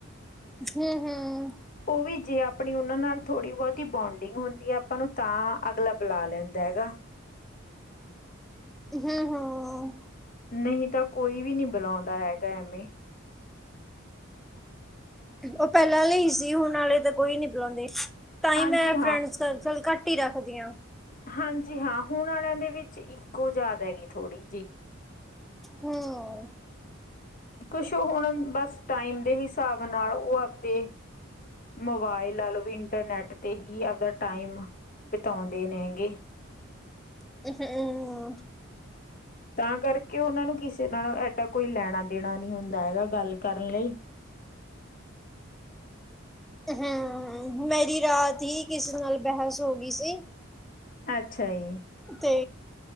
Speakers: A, in the centre; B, on the left (about 40°).
A: ਹਮ-ਹਮ
B: ਉਹ ਵੀ ਜੇ ਆਪਣੀ ਉਹਨਾਂ ਨਾਲ ਥੋੜ੍ਹੀ, ਬਹੁਤੀ ਬੋਂਡਿੰਗ ਹੁੰਦੀ ਐ। ਆਪਾਂ ਨੂੰ ਤਾਂ ਅਗਲਾ ਬੁਲਾ ਲੈਂਦਾ ਹੈਗਾ।
A: ਹਮ-ਹਮ
B: ਨਹੀਂ ਤਾਂ ਕੋਈ ਵੀ ਨੀ ਬੁਲਾਉਂਦਾ ਹੈਗਾ ਐਮੇ।
A: ਉਹ ਪਹਿਲਾਂ ਆਲੇ ਸੀ ਹੁਣ ਆਲੇ ਤਾਂ ਕੋਈ ਨੀ ਬੁਲਾਉਂਦੇ ਤਾਂ ਹੀ
B: ਹਾਂਜੀ
A: ਮੈਂ ਫਰੈਂਡ ਸਰਕਲ ਘੱਟ ਟੀ ਰੱਖਦੀਆਂ।
B: ਹਾਂਜੀ-ਹਾਂ ਹੁਣ ਆਲਿਆਂ ਦੇ ਵਿੱਚ ਈਗੋ ਜਿਆਦਾ ਗੀ ਥੋੜ੍ਹੀ ਜੀ।
A: ਹਮ
B: ਕੁਛ ਹੁਣ ਬਸ ਟਾਈਮ ਦੇ ਹਿਸਾਬ ਨਾਲ ਉਹ ਆਬਦੇ ਮੋਬਾਇਲ ਲਾਓ ਵੀ ਇੰਟਰਨੈਟ ਤੇ ਹੀ ਆਬਦਾ ਟਾਈਮ ਬਿਤਾਉਂਦੇ ਨੇ ਗੇ।
A: ਮ <unintelligible>
B: ਤਾਂ ਕਰਕੇ ਉਹਨਾਂ ਨੂੰ ਕਿਸੇ ਨਾਲ ਐਡਾ ਕੋਈ ਲੈਣਾ ਦੇਣਾ ਨਹੀਂ ਹੁੰਦਾ ਹੈਗਾ ਗੱਲ ਕਰਨ ਲਈ।
A: ਹਮ ਮੇਰੀ ਰਾਤ ਹੀ ਕਿਸੇ ਨਾਲ ਬਹਿਸ ਹੋ ਗਈ ਸੀ।
B: ਅੱਛਾ ਜੀ।
A: ਤੇ